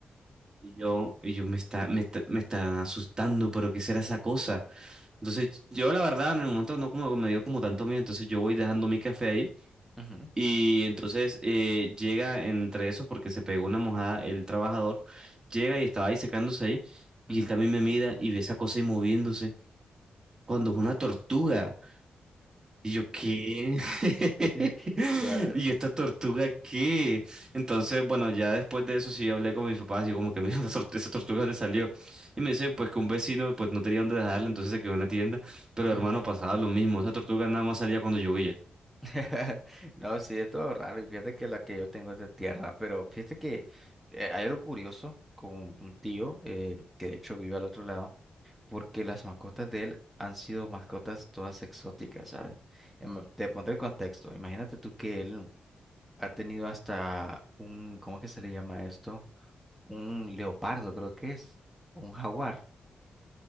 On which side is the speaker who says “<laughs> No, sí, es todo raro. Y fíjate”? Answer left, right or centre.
Centre